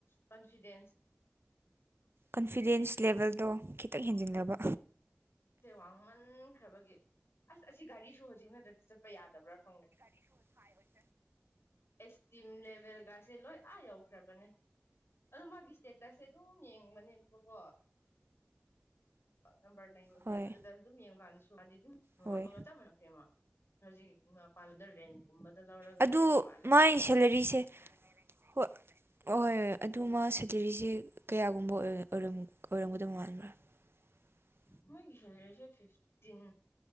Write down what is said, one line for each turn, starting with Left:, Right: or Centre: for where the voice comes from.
Left: ꯀꯟꯐꯤꯗꯦꯟꯁ
Right: ꯀꯟꯐꯤꯗꯦꯟꯁ ꯂꯦꯚꯦꯜꯗꯣ ꯈꯤꯇꯪ ꯍꯦꯟꯖꯤꯟꯅꯕ
Left: ꯁꯦ ꯋꯥꯡꯃꯟꯈ꯭ꯔꯕꯒꯤ ꯑꯁ ꯑꯁꯤ ꯒꯥꯔꯤꯁꯣ ꯅꯇ꯭ꯔꯗꯤ ꯆꯠꯄ ꯌꯥꯗꯕ꯭ꯔꯥ ꯈꯪꯗꯦ
Right: <unintelligible>
Left: ꯑꯦꯁꯇꯤꯝ ꯂꯦꯚꯦꯜꯒꯥꯁꯦ ꯂꯣꯏ ꯑꯥ ꯌꯧꯈ꯭ꯔꯕꯅꯦ ꯑꯗꯣ ꯃꯥꯒꯤ ꯏꯁꯇꯦꯇꯁꯁꯦ ꯑꯗꯨꯝ ꯌꯦꯡꯕꯅꯦꯕꯀꯣ ꯅꯝꯕꯔ ꯂꯩꯕ
Right: ꯍꯣꯏ
Left: ꯑꯗꯨꯗ ꯑꯗꯨꯝ ꯌꯦꯡꯕ ꯀꯥꯟꯗꯁꯨ ꯃꯥꯗꯤ ꯑꯗꯨꯝ ꯅꯣꯡꯉꯠꯄꯒ
Right: ꯍꯣꯏ
Left: ꯆꯞꯝꯅꯣ ꯃ ꯍꯧꯖꯤꯛ ꯃ ꯄꯥꯟꯗ꯭ꯔꯦ ꯀꯨꯝꯕꯗ ꯂꯧꯔꯒ
Right: ꯑꯗꯨ
Left: ꯂꯩꯕ ꯃꯥꯜꯂꯦ
Right: ꯃꯥꯏ ꯁꯦꯂꯔꯤꯁꯦ ꯍꯣꯏ ꯑꯍꯣꯏ ꯑꯗꯨ ꯃ ꯁꯦꯀꯤꯔꯤꯁꯦ ꯀꯌꯥꯒꯨꯝꯕ ꯑꯣꯏꯔꯝꯒꯗꯕ ꯃꯥꯟꯕ꯭ꯔꯥ <inaudible>
Left: ꯃꯣꯏ ꯁꯤꯁ ꯐꯤꯐꯇꯤꯟ